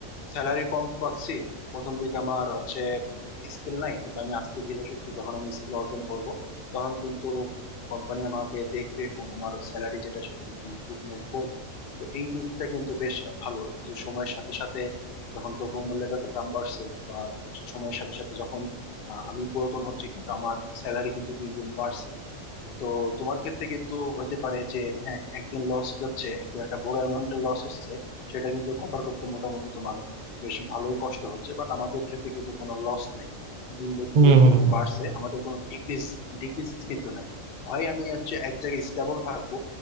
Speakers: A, on the left; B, on the right.
A: স্যালারি কম পাচ্ছি প্রথম দিকে আমার হচ্ছে স্কিল নাই কিন্তু আমি আস্তে ধীরে সুস্থে যখন আমি স্কিল অর্জন করব তখন কিন্তু কোম্পানি আমাকে দেখবে এবং আমার স্যালারি যেটা সেটা কিন্তু ইমপ্রুভমেন্ট করবে তো এই দিকটা কিন্তু বেশ ভালো যে সময়ের সাথে সাথে যখন দ্রব্যমূল্যের দাম বাড়ছে বা সময়ের সাথে সাথে যখন আহ, আমি পুরাতন হচ্ছি কিন্তু আমার স্যালারি কিন্তু দিন দিন বাড়ছে তো তোমার ক্ষেত্রে কিন্তু হতে পারে যে হ্যাঁ একদিন লস যাচ্ছে একদিন একটা বড় অ্যামাউন্টের লস হচ্ছে সেটা কিন্তু কভার করতে মোটামুটি তোমার বেশ ভালোই কষ্ট হচ্ছে বাট আমাদের ক্ষেত্রে কিন্তু কোনো লস নাই দিন বে
B: হুম
A: দিন
B: হুম
A: কিন্তু
B: হুম।
A: বাড়ছে আমাদের কোনো ডিক্রিজ ডিক্রিজ কিন্তু নাই হয় আমি হচ্ছে এক জায়গায় স্টেবল থাকবো